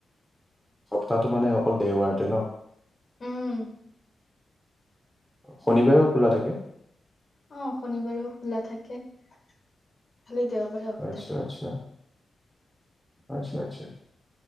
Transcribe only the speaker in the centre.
সপ্তাহটো মানে অকল দেওবাৰতে ন
শনিবাৰেও খোলা থাকে
আচ্ছা
আচ্ছা আচ্ছা আচ্ছা